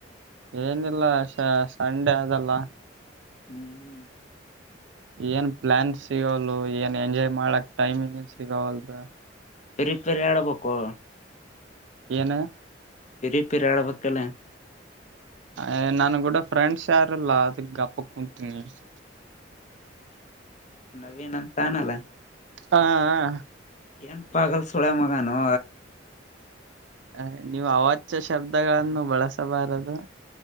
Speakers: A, on the right; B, on the left.
A: ಏನು ಇಲ್ಲ ಸಾ ಸಂಡೆ ಅದ ಅಲ್ಲಾ
B: ಹ್ಮ್ ಹ್ಮ್
A: ಏನು ಪ್ಲಾನ್ ಸಿಗವಲ್ಲೂ ಎಂಜಾಯ್ ಮಾಡಕ್ಕೆ ಟೈಮ ಸಿಗವಲ್ದು
B: ಪರಿಪೆರಿ ಆಳಕ್ಕು <inaudible>
A: ಏನು
B: ಪಿರಿಪರಿ ಆಡ್ಬೇಕಲ್
A: ಏ ನನ್ನ ಗುಡ ಯಾರ ಫ್ರೆಂಡ್ಸ್ ಯಾರೀಇಲ್ಲಾ ಅದಕ್ಕ ಗಪ್ ಕೂತೀನಿ
B: ನೀನು ನನ್ ಫ್ಯಾನ್ ಅಲಾ
A: ಹಾ ಹಾ
B: ಏನ್ ಪಾಗಲ್ ಸುಳೇ ಮಗಾನೋ
A: ಹ ನೀವು ಅವಾಚ್ಯ ಶಬ್ದಗಳನ್ನು ಬಳಸಬಾರದು